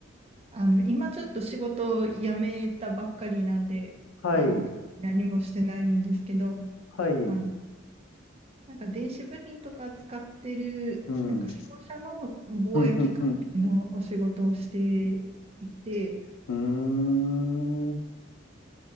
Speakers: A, on the right (about 30°); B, on the left (about 85°).
A: あの、今ちょっと仕事を辞めたばっかりなんで、
B: はい、
A: あの、何もしてないんですけど、
B: はい、
A: あのなんか電子部品とか使ってる、
B: うん、
A: なんか商社の貿易関係のお仕事をしていて、
B: うん、うん、うん、うーん、